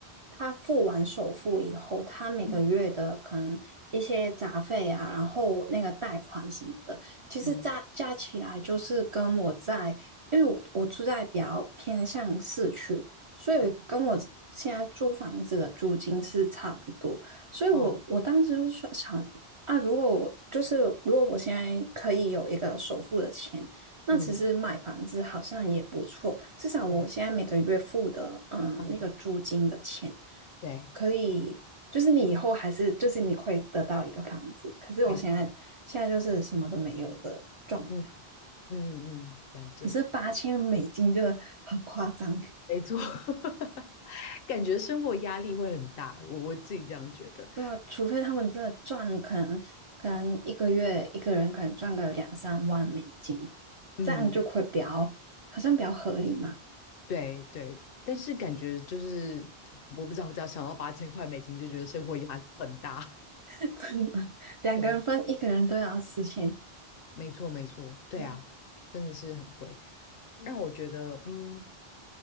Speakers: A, on the right (about 40°); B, on the left (about 70°).
A: 他付完首付以后，他每个月的可能一些杂费啊，
B: 嗯
A: 然后那个贷款什么的。其实加加起来就是跟我在，
B: 嗯
A: 因为我我住在比较偏向市区，所以跟我现在租房子的租金是差不多。
B: 嗯，
A: 所以我我当时就是想啊，
B: 哦，
A: 如果我就是如果我现在可以有一个首付的钱，那其实买房子好像也不错，
B: 嗯，
A: 至少我现在每个月付的嗯那个租金的钱
B: 对，嗯对，
A: 可以，就是你以后还是就是你会得到一个房子，可是我现在现在就是什么都没有的状，
B: 没错，嗯嗯嗯，了解，
A: 可是八千美金就很夸张，<laughs>
B: 没错，<laughs> 感觉生活压力会很大，我我自己这样觉得，
A: 对啊，除非他们真的赚，可能可能一个月一个人可能赚个两三万美金，
B: 嗯，
A: 这样就会比较好像比较合理嘛，
B: 对对。但是感觉就是，我不知道，我只要想到八千块美金，就觉得生活压力很大。<laughs>
A: <laughs> 真的，两个人分一个人都要四千，
B: 对没错，没错，对啊，
A: 对，
B: 真的是很贵，让我觉得，嗯，